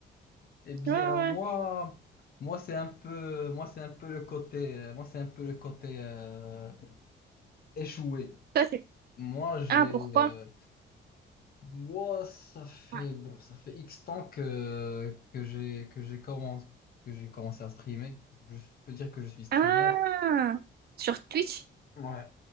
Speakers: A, on the left (about 50°); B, on the right (about 55°).
A: Eh bien,
B: Ouais, ouais.
A: moi, moi c'est un peu, moi c'est un peu le côté, euh, moi c'est un peu le côté euh, échoué.
B: Ça c'est
A: Moi, j'ai,
B: Ah, pourquoi?
A: euh, moi, ça fait
B: Ouais.
A: bon, ça fait X temps que que j'ai que j'ai commencé que j'ai commencé à streamer. Je peux dire que je suis streamer.
B: Ah! Sur Twitch?
A: Ouais.